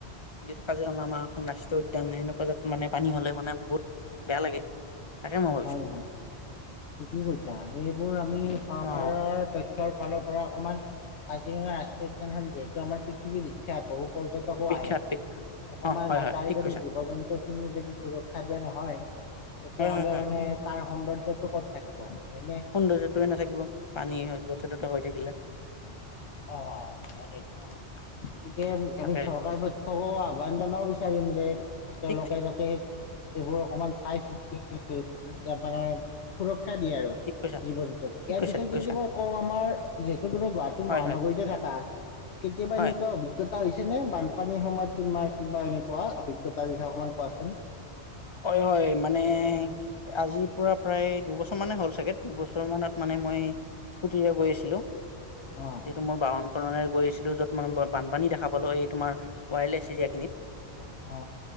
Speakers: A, on the left; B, on the left.
A: যিহেতু কাজিৰঙা আমাৰ এখন ৰাষ্ট্ৰীয় উদ্যান এেনেকুৱা জেগাত মানে পানী হলে মানে বহুত বেয়া লাগে। তাকে মই ভাবিছো
B: হয় হয় কি কৈছা এইবোৰ আমি চৰকাৰৰ
A: অ
B: তথ। ৰ ফালৰ পৰা অকণমান। কাজিৰঙা ৰাষ্ট্ৰীয় উদ্যানখন যে। যমাৰ পৃথিবী বিখ্যাত বহু। পৰ্যটকো
A: বিখ্যাত
B: আহে
A: বিখ্যাত
B: অকমান
A: অ হয় হয়
B: তাৰে
A: ঠিক
B: যদি
A: কৈছা
B: জীৱ জন্তু খিনি যদি সুৰক্ষা দিয়া নহয় তেতিয়াাহ'লে
A: হয় হয় হয়
B: ম। তাৰ সৌন্দৰ্যটো ক'ত থাকিব। হয়নে
A: সৌন্দৰ্যটোয়ে নাথাকিব পানী যথে ততে হৈ থাকিলে?
B: অ অ তাকেইটো
A: অ
B: গতিকে
A: তাকে
B: আমি চৰকাৰ পক্ষকো আহ্বান জনাব বিচাৰিম যে তেওঁলোকে
A: ঠিক ঠিক
B: যাতে। এইবোৰ অকমান চাই চিতি মানে সুৰক্ষী। শিক্ষা দিয়ে আৰু
A: ঠিক কৈছা
B: জীৱ জন্তক
A: ঠিক
B: ইয়াৰ
A: কৈছা
B: পিছত
A: ঠিক
B: যদি
A: কৈছা
B: মই কওঁ আমাৰ যিহেতু তুমি গুৱাহাটী। মহানগৰীতে
A: হয় হয়
B: থাকা কেতিয়াবা
A: হয়
B: এনেকুৱা অভিজ্ঞতা। এটা হৈছে নে বানপানীৰ সময়ত তোমাৰ কিবা এনেকুৱা অভিজ্ঞতাৰ বিষয়ে অকমান কোৱাচোন?
A: হয় হয় মানে আজিৰ পুৰা। প্ৰায় দুবছৰ মানে হ'ল চাগে দুবছৰ মানত মানে মই স্কুটিৰে গৈ আছিলো?
B: অ
A: যিহেতু মোৰ বাহন। কাৰণে গৈ আছিলো যত মান বানপানী দেখা পালো এই তোমাৰ। ৱায়াৰলেছ এৰিয়াখিনিত।
B: অ